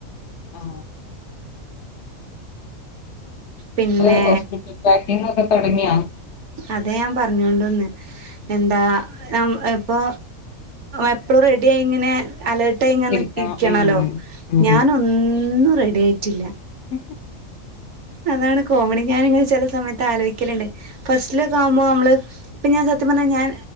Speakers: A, on the left; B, on the right.
A: ആ
B: പിന്നെ
A: ഉം ഹോസ്പിറ്റൽ പാക്കിങ്ങൊക്കെ തുടങ്ങിയ
B: അതെ ഞാൻ പറഞ്ഞൊണ്ട് വന്നെ എന്താ <inaudible> അപ്പോ എപ്പോളും റെഡിയായിങ്ങനെ അലേർട്ടായി ഇങ്ങനെ
A: ഇരിക്കണം
B: ഇരിക്കാണല്ലോ
A: ഉം ഉം
B: ഞാൻ ഒന്നും റെഡി ആയിട്ടില്ല
A: <inaudible>
B: അതാണ് കോമഡി ഞാനിങ്ങെനെ ചില സമയത്ത് തലോചിക്കലുണ്ട് ഫസ്റ്റില ഒക്കെ ആകുമ്പോ നമ്മള് ഇപ്പം ഞാൻ സത്യം പറഞ്ഞാൽ ഞാൻ